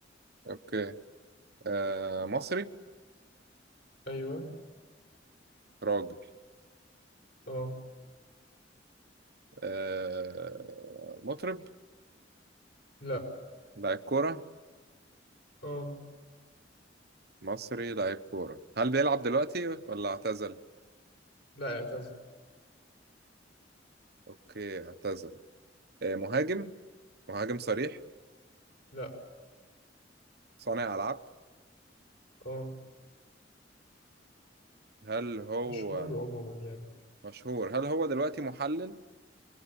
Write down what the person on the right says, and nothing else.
اوكي آه مصري
راجل
آه مطرب
لاعب كورة
مصري لاعب كورة هل بيلعب دلوقتي ولا اعتزل؟
اوكي اعتزل آه مهاجم مهاجم صريح
صانع ألعاب
هل هو
مشهور هل هو دلوقتي محلل